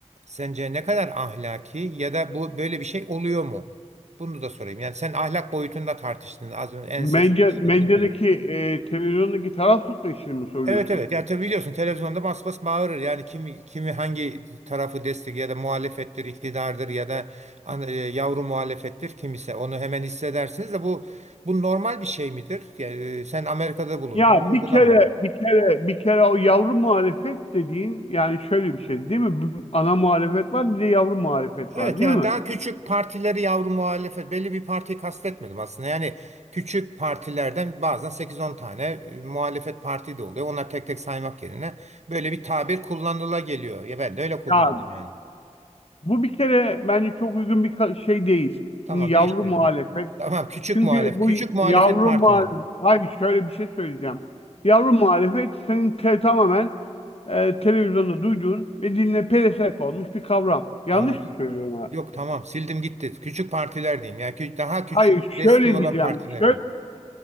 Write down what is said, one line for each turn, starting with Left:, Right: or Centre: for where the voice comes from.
Right: Sence ne kadar ahlaki ya da bu böyle bir şey oluyor mu? Bunu da sorayım. Yani sen ahlak boyutunda tartıştın az önce ensest
Left: Medya,
Right: ilişkileri
Left: medyadaki
Right: değil mi?
Left: e, televizyondaki taraf tutma işini mi soruyorsun?
Right: Evet evet. Yani tabii biliyorsun televizyonda bas bas bağırır. Yani kimi kimi hangi tarafı destek ya da muhalefettir, iktidardır ya da an- e, yavru muhalefettir kimse. Onu hemen hissedersiniz de bu bu normal bir şey midir? Yani, e, sen Amerika'da bulundun.
Left: Ya
Right: Orada
Left: bir kere
Right: da mı var?
Left: bir kere bir kere o yavru muhalefet dediğin yani şöyle bir şey değil mi? Bir ana muhalefet var bir de yavru muhalefet
Right: Evet
Left: var değil
Right: yani
Left: mi?
Right: daha küçük partileri yavru muhalefet belli bir partiyi kastetmedim aslında. Yani küçük partilerden bazen sekiz on tane e, muhalefet parti de oluyor. Onlar tek tek saymak yerine böyle bir tabir kullanıla geliyor. Ya ben de öyle kullandım
Left: Ya
Right: yani.
Left: bu bir kere bence çok uygun bir ka- şey değil.
Right: Tamam
Left: Şimdi yavru
Right: değiştirdim.
Left: muhalefet.
Right: Tamam küçük
Left: Çünkü
Right: muhalef
Left: bu
Right: küçük muhalefet
Left: yavru
Right: partileri.
Left: muhalefet, hayır şöyle bir şey söyleyeceğim. Yavru muhalefet senin te- tamamen e, televizyonda duyduğun ve diline pelesenk olmuş bir kavram. Yanlış
Right: Tamam.
Left: mı söylüyorum abi?
Right: Yok tamam sildim gitti. Küçük partiler diyeyim. Yani kü- daha küçük
Left: Hayır şöyle
Right: desteği olan
Left: diyeceğim.
Right: partiler
Left: Şöyle
Right: diyeyim.